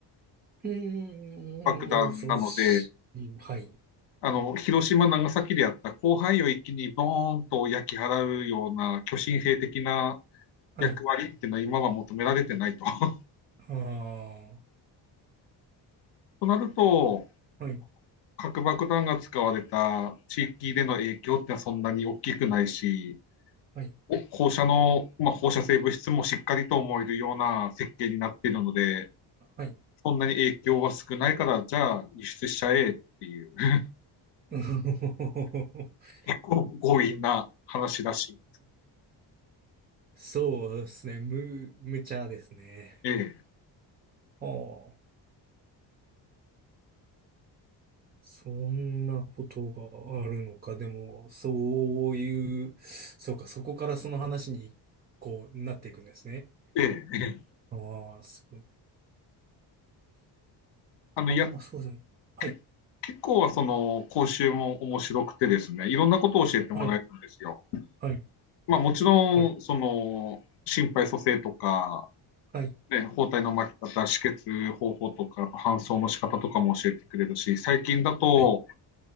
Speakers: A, on the right; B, on the left.
A: うーん、
B: 爆弾なので、
A: 恐ろしい。はい。
B: あの、広島、長崎でやった広範囲を一気にボーンと焼き払うような巨神兵的な
A: はい。
B: 役割っていうのは今は求められてないと。<laughs>
A: ああ、
B: となると、
A: はい。
B: 核爆弾が使われた地域での影響ってのはそんなに大きくないし、
A: はい。
B: 放射の、まあ、放射性物質もしっかりと思えるような設計になっているので、
A: はい。
B: そんなに影響は少ないから、じゃあ輸出しちゃえっていう、<laughs>
A: <laughs>
B: 結構強引な話だし、
A: そうですね。む、無茶ですね。
B: ええ、
A: はあ。そんなことがあるのか。でも、そういう、そうか、そこからその話に、こう、なっていくんですね。
B: ええ、ええ
A: ああ、すごい。
B: あの、
A: あんまそうですね。
B: やっ
A: はい。
B: け結構その講習も面白くてですね、いろんなことを教えてもらえるんですよ。
A: はい。はい。
B: まあもちろん、
A: はい。
B: その、心肺蘇生とか、
A: はい。
B: ね、包帯の巻き方、止血方法とか、あと搬送の仕方とかも教えてくれるし、最近だと、
A: はい。